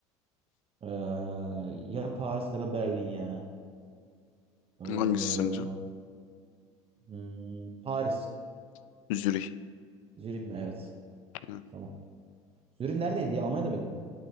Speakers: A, on the right (about 35°); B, on the left (about 80°).
A: Ee, ya Paris ya da Berlin ya. Ee,
B: Hangisi sence?
A: hmm, Paris.
B: Zürih.
A: Zürih mi? Evet.
B: Yani.
A: Tamam. Zürih neredeydi ya? Almanya'da mıydı?